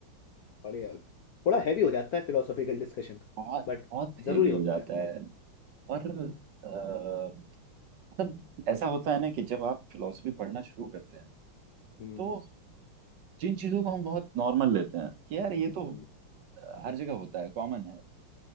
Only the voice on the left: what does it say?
बढ़िया थोड़ा हैवी हो जाता है फिलोसॉफिकल डिस्कशन
बट
जरूरी
होता
है
हम्म
हम्म,